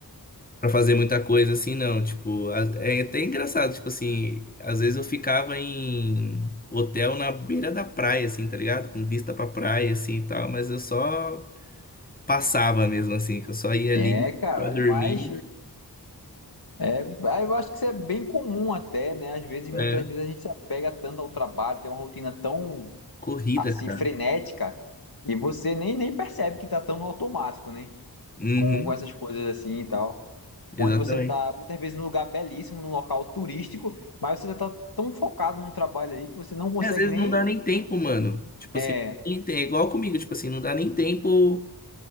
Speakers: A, on the left (about 20°); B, on the left (about 65°).
A: pra fazer muita coisa assim, não. Tipo, a- é até engraçado, tipo assim, às vezes eu ficava em hotel na beira da praia, assim, tá ligado? Com vista pra praia, assim e tal, mas eu só passava mesmo, assim, que eu só ia ali
B: É, cara,
A: pra dormir.
B: mas É, aí eu acho que isso é bem comum até, né? Às vezes,
A: É,
B: muitas vezes a gente se apega tanto ao trabalho, tem uma rotina tão
A: corrida,
B: assim
A: cara.
B: frenética e você nem, nem percebe que tá tão no automático, né?
A: Uhum,
B: Com, com essas coisas assim e tal.
A: exatamente.
B: Onde você tá muitas vezes num lugar belíssimo, num local turístico, mas você já tá tão focado no trabalho ali que você não consegue
A: E às vezes
B: nem
A: não dá nem tempo, mano. Tipo
B: é,
A: assim, não dá nem tem, é igual comigo, tipo assim, não dá nem tempo.